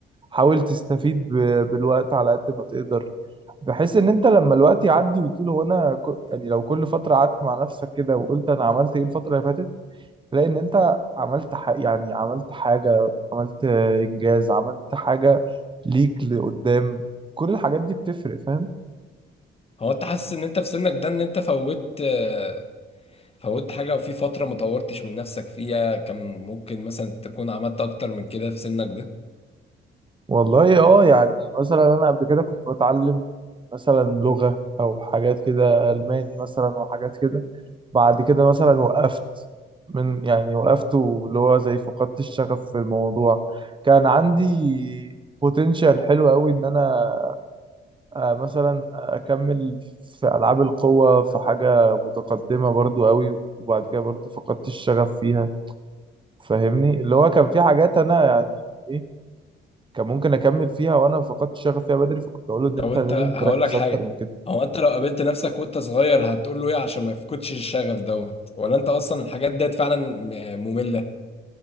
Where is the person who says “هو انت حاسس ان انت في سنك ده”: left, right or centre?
Left